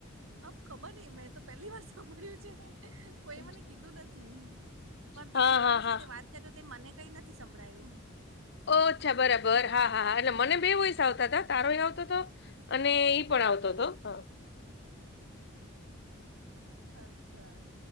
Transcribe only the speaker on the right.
અબ ખબર નહ મેં તો પહેલી વાર સાંભળ્યું છે. કોઈ
મને કીધું નથી પણ તમે
કોઈ
સાથે વાત તે મને કઈ નથી સંભળાયું.
અચ્છા